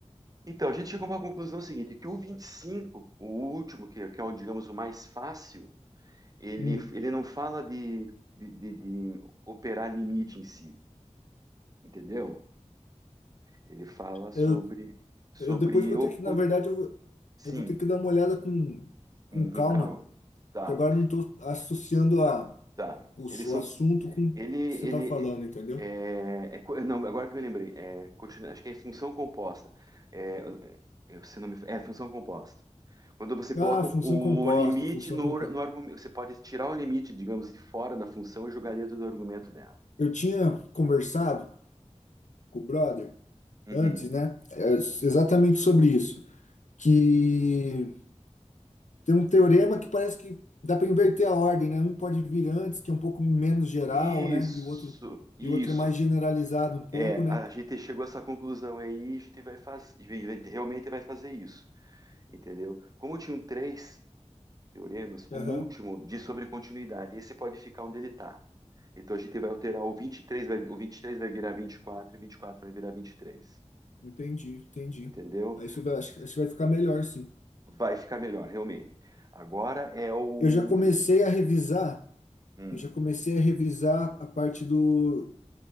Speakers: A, on the right; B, on the left.
A: Então, a gente chegou a uma conclusão seguinte, que o 25, o último, que, é, que é o, digamos, o mais fácil, ele,
B: Hum.
A: ele não fala de, de, de- de operar limite em si, entendeu? Ele fala sobre,
B: eu
A: sobre
B: Eu depois eu vou
A: o...
B: ter
A: co-
B: que, na verdade, eu vou,
A: Sim,
B: eu vou ter que dar uma olhada com,
A: com,
B: com
A: com
B: calma,
A: calma. Tá.
B: que agora eu não estou associando a,
A: Tá.
B: o,
A: Eles
B: o
A: são.
B: assunto com o
A: Ele, ele
B: que você está falando, entendeu?
A: é, é co- não, agora que eu me lembrei, é, continua- acho que é função composta. É, é, se não me, é função composta. Quando você coloca
B: Ah, função
A: o,
B: composta,
A: o limite
B: função
A: no,
B: composta.
A: no argumento, você pode tirar o limite, digamos, de fora da função e jogar dentro do argumento dela.
B: Eu tinha conversado com o brother
A: Uhum.
B: antes, né? é, Exatamente sobre isso. Que tem um teorema que parece que dá para inverter a ordem, né? Um pode vir antes, que é um pouco menos geral,
A: Isso,
B: né? E o outro,
A: isso.
B: e o outro é mais generalizado um pouco,
A: É,
B: né?
A: a gente chegou a essa conclusão aí, a gente vai fazer, realmente vai fazer isso, entendeu? Como tinha um 3, Teoremas,
B: Aham.
A: o último diz sobre continuidade. Esse pode ficar onde ele está. Então a gente vai alterar o 23, vai, o 23 vai virar 24 e 24 vai virar 23.
B: Entendi, entendi.
A: Entendeu?
B: Aí Isso vai, acho, que acho que vai ficar melhor, sim.
A: Vai ficar melhor, realmente. Agora é o.
B: Eu já comecei
A: o-
B: a revisar,
A: hum,
B: eu já comecei a revisar a parte do